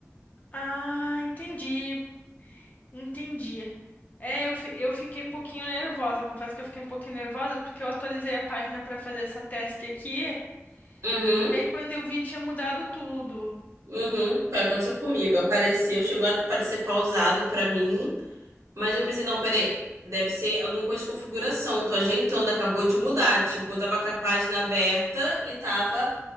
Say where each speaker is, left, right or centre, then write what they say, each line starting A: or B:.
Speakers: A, on the left; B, on the right.
A: Ah, entendi. Entendi. É, eu, fi- eu fiquei um pouquinho nervosa. Confesso que eu fiquei um pouquinho nervosa porque eu atualizei a página pra fazer essa task aqui.
B: Uhum,
A: E aí, quando eu vi, tinha mudado tudo.
B: uhum. Foi, aconteceu comigo. Apareceu, chegou a aparecer pausado pra mim, mas eu pensei, não, peraí, deve ser alguma coisa de configuração, tô ajeitando, acabou de mudar. Tipo, eu tava com a página aberta e tava